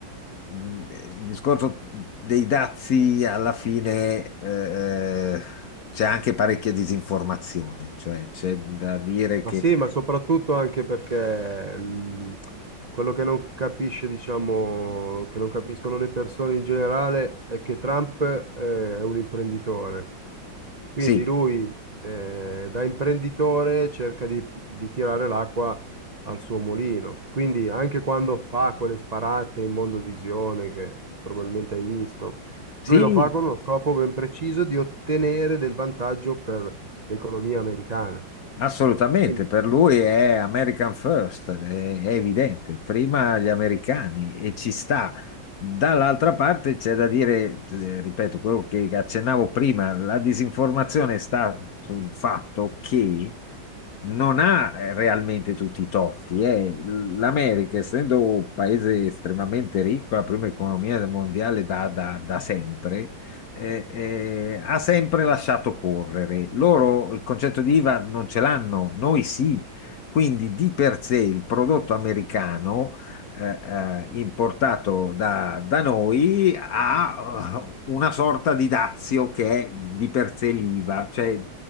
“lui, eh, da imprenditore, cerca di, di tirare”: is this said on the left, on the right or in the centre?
Right